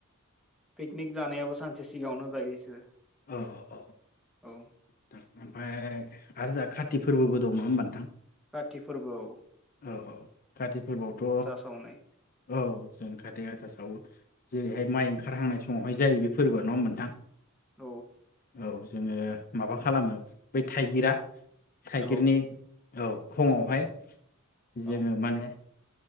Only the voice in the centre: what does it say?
पिकनिक जानायाबो सानसे सिगाङावनो जायो इसोरो।
औ।
काति फोरबोआव
सावनाय
औ।
औ
औ